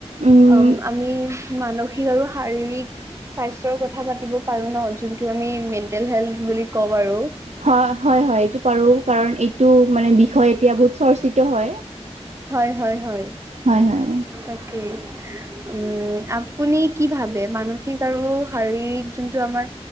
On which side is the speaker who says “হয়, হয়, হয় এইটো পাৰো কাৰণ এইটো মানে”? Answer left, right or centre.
Right